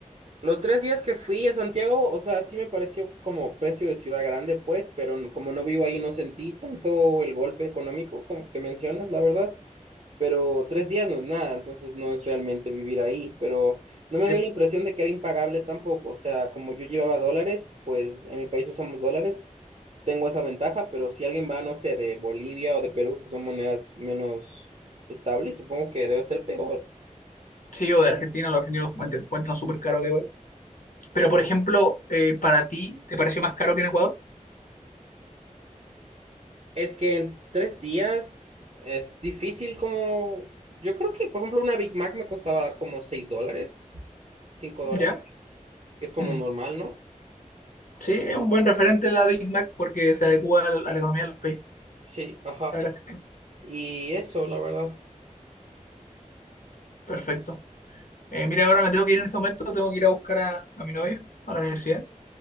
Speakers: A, on the right (about 55°); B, on the left (about 80°).
A: Los tres días que fui a Santiago, o sea, sí me pareció como precio de ciudad grande, pues, pero n- como no vivo ahí, no sentí tanto el golpe económico como que mencionas, la verdad. Pero tres días no es nada, entonces no es realmente vivir ahí. Pero no me
B: Eh,
A: dio la impresión de que era impagable tampoco. O sea, como yo llevaba dólares, pues en mi país usamos dólares, tengo esa ventaja, pero si alguien va, no sé, de Bolivia o de Perú, que son monedas menos estables, supongo que debe ser peor.
B: Sí, o de Argentina, los argentinos encuent- encuentran súper caro acá igual. Pero, por ejemplo, eh, para ti, ¿te pareció más caro que en Ecuador?
A: Es que en tres días es difícil como... Yo creo que, por ejemplo, una Big Mac me costaba como 6 dólares, 5 dólares,
B: ¿Ya?
A: que es como
B: Mm.
A: normal, ¿no?
B: Sí, es un buen referente la Big Mac porque se
A: Sí.
B: adecua a la a la economía del país.
A: Sí, ajá.
B: La verdad es que sí.
A: Y eso, la verdad.
B: Perfecto. Eh, mira, ahora me tengo que ir en este momento, tengo que ir a buscar a, a mi novia a la universidad.